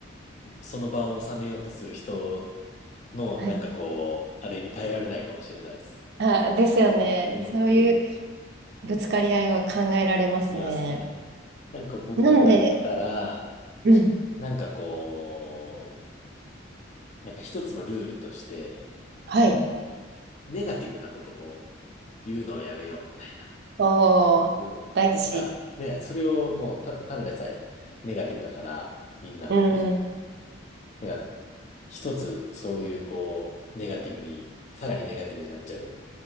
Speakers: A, on the left; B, on the right.
A: その場を収めようとする人の、
B: はい。
A: なんかこう、あれに耐えられないかもしれないです。
B: ああ、ですよね。
A: うんうん。
B: そういうぶつかり合いは考えられますね。
A: 見ますね。なんか僕だったら、
B: なんで、うん
A: なんかこう、なんか一つのルールとして、
B: はい。
A: なんかこう、ネガティブなことを言うのをやめようみたいな。
B: おー、
A: うん。
B: 大事。
A: なんかね、それをもうた、ただでさえネガティブだから、みんな。
B: うん。うん、
A: なんか、一つそういうこう、ネガティブに、さらにネガティブになっちゃう